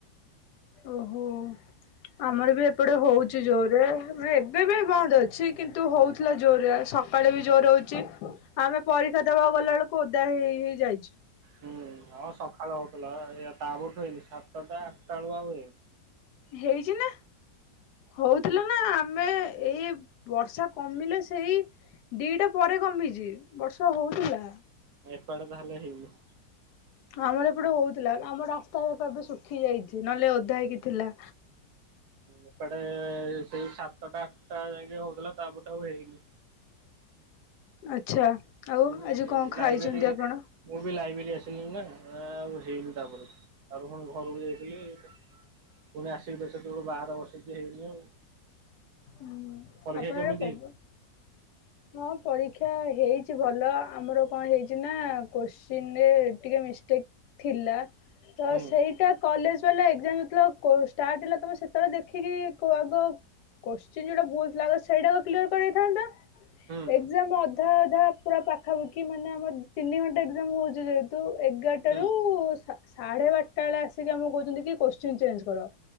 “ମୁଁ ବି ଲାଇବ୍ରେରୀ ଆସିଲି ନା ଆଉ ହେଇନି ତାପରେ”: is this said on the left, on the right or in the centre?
Right